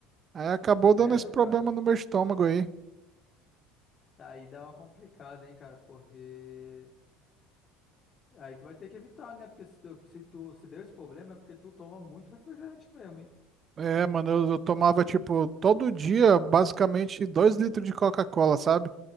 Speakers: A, on the right; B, on the left.
A: Aí acabou dando
B: Sério,
A: esse problema
B: cara?
A: no meu estômago aí.
B: Aí dá uma complicada, hein, cara? Porque. Aí tu vai ter que evitar, né? Porque se tu, se tu se deu esse problema é porque tu toma muito refrigerante mesmo, hein?
A: É, mano, eu, eu tomava, tipo, todo dia, basicamente, dois litros de Coca-Cola, sabe?